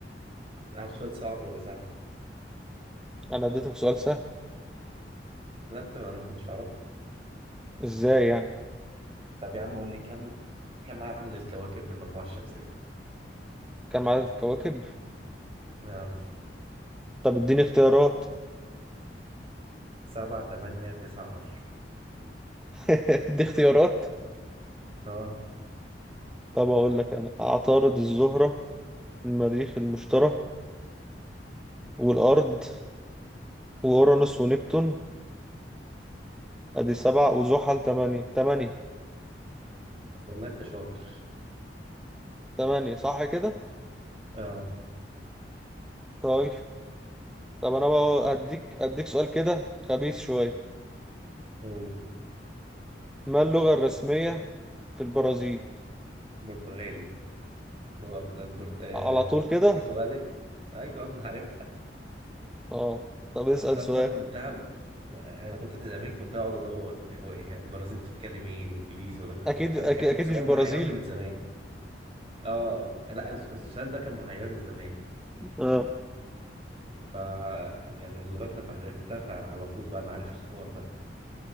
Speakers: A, on the right (about 35°); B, in the centre.
A: عارف سؤال صعب ولا سهل
B: انا اديتك سؤال سهل
A: لا انت انا ما كنتش اعرف
B: ازاي يعني
A: طب يا عم قول لي كم كم عدد الكواكب في المجموعه الشمسيه
B: كم عدد الكواكب
A: اه
B: طب اديني اختيارات
A: سبعة تمانية تسعة عشر
B: <laughs> ادي اختيارات
A: اه
B: طب اقول لك انا عطارد الزهرة المريخ المشتري والارض واورانوس ونبتون ادي سبعة وزحل تمانية تمانية
A: طب والله انت شاطر
B: تمانية صح كده
A: اه
B: طيب طب انا بقى اديك اديك سؤال كده خبيث شوية
A: قول
B: ما اللغة الرسمية في البرازيل
A: برتغالي لغة برت... آه.
B: على طول كده
A: برتغالي ايوه يا عم عارف
B: اه طب اسأل
A: اصل
B: سؤال
A: انا كنت هب... انا كنت زمان كنت اقعد ادور هو إيه البرازيل بتتكلم ايه انجليزي ولا مش عارف
B: اكيد
A: ايه فكان
B: اكيد, أكيد
A: سؤال
B: مش برازيلي
A: محيرني من زمان اه لا الس- السؤال ده كان محيرني زمان
B: اه
A: ف يعني لغايه لما عرفتها فعلى طول بقى انا عارف <laughs> الحوار ده